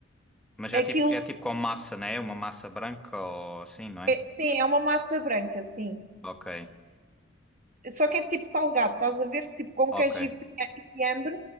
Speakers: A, in the centre; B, on the right.
A: Mas é
B: Aquilo,
A: tipo, é tipo com massa, né? Uma massa branca ou assim, não é?
B: sim, é uma massa branca, sim.
A: Ok,
B: só que é tipo salgado, estás a ver? Tipo com
A: ok.
B: queijo e fia- e fiambre,